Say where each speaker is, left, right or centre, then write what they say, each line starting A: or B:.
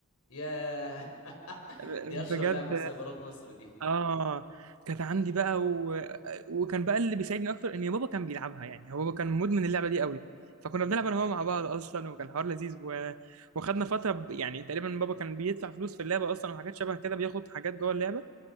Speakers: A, on the left; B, on the right.
A: يا <laughs>
B: آه،
A: دي
B: بجد
A: اشهر لعبه في سايبرات مصر دي
B: اه كانت عندي بقى و... وكان بقى اللي بيساعدني اكتر ان بابا كان بيلعبها يعني هو بابا كان مدمن اللعبه دي قوي فكنا
A: مم.
B: بنلعب انا وهو مع بعض اصلا وكان حوار لذيذ و... وخدنا فتره ب... يعني تقريبا بابا كان بيدفع فلوس في اللعبه اصلا وحاجات شبه كده بياخد حاجات جوه اللعبه